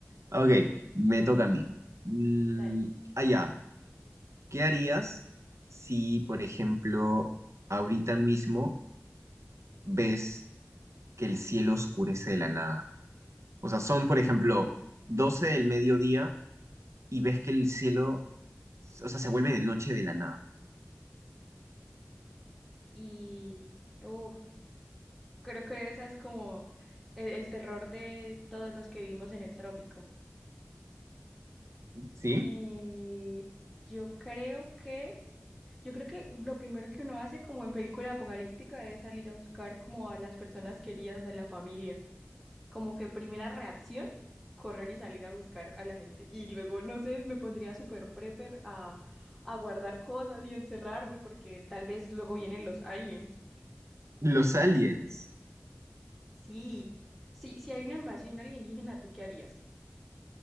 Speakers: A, on the right; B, in the centre.
A: Ok, me toca a mí. Mm,
B: Dale.
A: ah, ya, ¿qué harías si, por ejemplo, ahorita mismo ves que el cielo oscurece de la nada? O sea, son, por ejemplo, 12 del mediodía y ves que el cielo o sea, se vuelve de noche de la nada.
B: Y, uff, Creo que esa es como el, el terror de todos los que vivimos en el trópico.
A: ¿Sí?
B: Eh, yo creo que, yo creo que lo primero que uno hace como en película apocalíptica es salir a buscar como a las personas queridas, a la familia. Como que primera reacción, correr y salir a buscar a la gente. Y luego, no sé, me pondría súper prepper a, a guardar cosas y encerrarme porque tal vez luego vienen los aliens.
A: Los aliens.
B: Sí, sí, si hay una invasión alienígena, ¿tú qué harías?